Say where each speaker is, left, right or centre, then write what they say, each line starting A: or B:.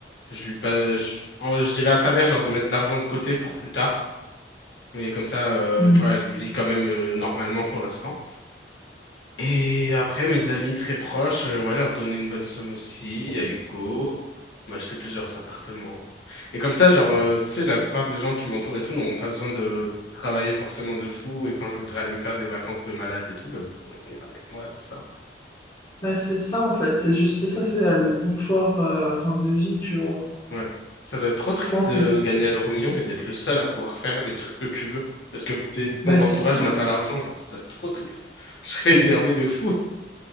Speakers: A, on the left; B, on the left.
A: je lui pas, je, en- je dirais à sa mère, genre, de mettre de l'argent de côté pour plus tard. Mais comme ça, euh,
B: Hmm.
A: tu vois, elle vit quand même euh, normalement pour l'instant. Et après, mes amis très proches, euh, ouais, leur donner une bonne somme aussi, à Hugo, m'acheter plusieurs appartements. Et comme ça, genre, euh, tu sais, la plupart des gens qui m'entourent et tout n'auront pas besoin de travailler forcément de fou. Et quand je voudrais aller me faire des vacances de malade et tout, bah, vous pourrez venir avec moi, tout ça.
B: Bah, c'est ça, en fait. C'est juste ça, c'est euh, le confort, euh, enfin, de vie, tu vois.
A: Ouais. Ça doit être trop triste
B: Je pense
A: de
B: que c'est...
A: gagner à l'euro million, mais d'être le seul à pouvoir faire les trucs que tu veux. Parce que les- ton
B: Bah,
A: entourage
B: c'est ça.
A: n'a pas l'argent, genre, ça doit être trop triste. <laughs> Je serais énervé de fou.